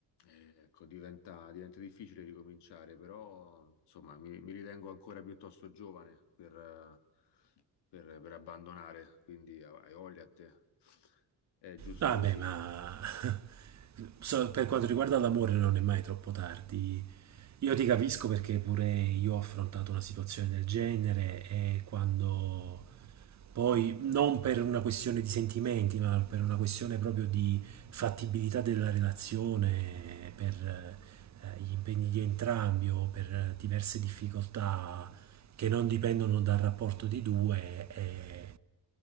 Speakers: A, on the left; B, on the right.
A: eh, ecco, diventa, diventa difficile ricominciare, però, insomma, mi, mi ritengo ancora piuttosto giovane per, eh, per- per abbandonare, quindi hai voglia a te. È giusto
B: Vabbè,
A: così.
B: ma <laughs> so- per quanto riguarda l'amore non è mai troppo tardi. Io ti capisco perché pure io ho affrontato una situazione del genere e quando poi, non per una questione di sentimenti, ma per una questione proprio di fattibilità della relazione, per eh, gli impegni di entrambi o per diverse difficoltà che non dipendono dal rapporto di due è,